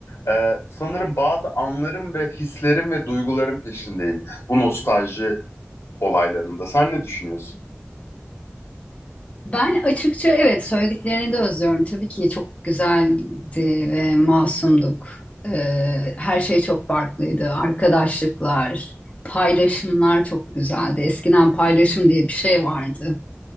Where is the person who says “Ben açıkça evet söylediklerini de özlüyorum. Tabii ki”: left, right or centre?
Left